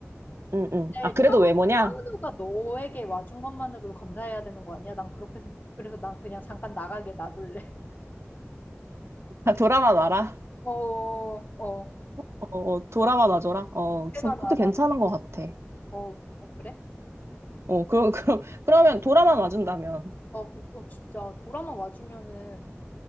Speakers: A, on the right; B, on the left.
A: 응, 응.
B: 근데
A: 아, 그래도
B: 차,
A: 외모냐?
B: 차은우가 너에게 와준 것만으로도 감사해야 되는 거 아니야? 난 그렇게 생각. 그래서 난 그냥 잠깐 나가게 놔둘래.
A: 아, 돌아만 와라.
B: <laughs> 어, 어.
A: 어, 어, 돌아만 와줘라. 어,
B: 그만
A: 진- 그것도
B: 알아.
A: 괜찮은 것 같아.
B: 어, 어 그래?
A: 어, 그럼, <laughs> 그럼, 그러면 돌아만 와준다면.
B: 어, 그 어, 진짜 돌아만 와주면은